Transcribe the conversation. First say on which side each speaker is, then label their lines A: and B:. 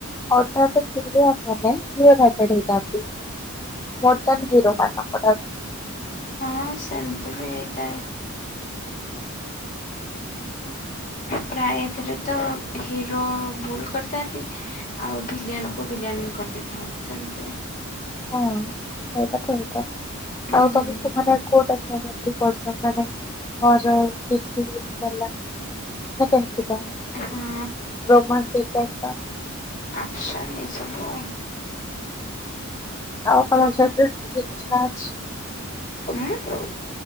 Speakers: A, on the left; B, on the left.
A: ଅଧା ଅଧା ଭିଲିଆନ୍ ମାନେ କ୍ଲିଅର ହାଟେଡ୍ ହେଇଥାନ୍ତି। ମୋର ଦ୍ୟାନ୍ ହିରୋ ମାନଙ୍କ ଠାରୁ।
B: ହଁ ସେମିତି ବି ହେଇଥାଏ।
A: <inaudible>
B: ପ୍ରାୟ ଏଥିରେ ତ ହିରୋ ଭୁଲ କରିଥାନ୍ତି। ଆଉ ଭିଲିୟାନକୁ ଭିଲିଆନ କରିଦେଇଥାନ୍ତି। ସେମିତି।
A: ହଁ <unintelligible>
B: ହୁଁ।
A: ଆଉ ତମକୁ ମାନେ କୋଉଟା <unintelligible> ପସନ୍ଦ ମାନେ? ହର କିଛି <unintelligible> ମାନେ କେମିତି କା?
B: ହଁ
A: ରୋମଟିକ୍ ଟାଇପ ର।
B: ଆଛା। ଏସବୁ।
A: ଆଉ <unintelligible> କିଛି ନା ଅଛି।
B: ହୁଁ